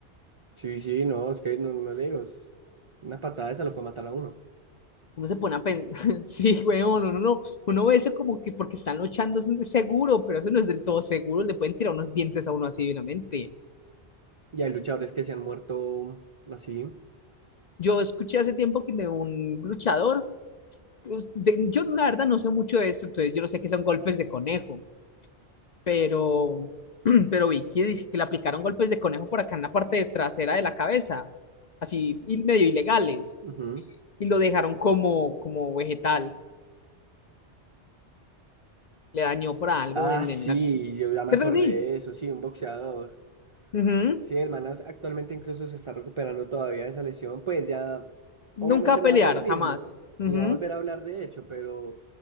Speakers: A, on the right (about 55°); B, on the left (about 50°).
A: Sí, sí, no, es que no, no le digo. es- Una patada esa lo puede matar a uno.
B: Uno se pone a pensar, <laughs> sí, weón, uno no, no, no. uno ve eso como que porque están luchando es seguro, pero eso no es del todo seguro, le pueden tirar unos dientes a uno así divinamente.
A: Y hay luchadores que se han muerto así.
B: Yo escuché hace tiempo que de un luchador, pues, de- yo la verdad no sé mucho de eso, entonces yo no sé qué son golpes de conejo, pero, <clears throat> pero vi que dice que le aplicaron golpes de conejo por acá en la parte de trasera de la cabeza, así y medio ilegales,
A: ujú.
B: y lo dejaron como, como vegetal, le dañó por algo
A: Ah,
B: en,
A: sí,
B: en la...
A: yo ya
B: ¿Cierto
A: me acordé
B: que sí?
A: de eso, sí, un boxeador.
B: Ujú.
A: Sí, el Manas actualmente incluso se está recuperando todavía de esa lesión, pues ya
B: Nunca
A: obviamente
B: a
A: no
B: pelear,
A: va a ser el mismo,
B: jamás. Ujú.
A: ni va a volver a hablar de hecho, pero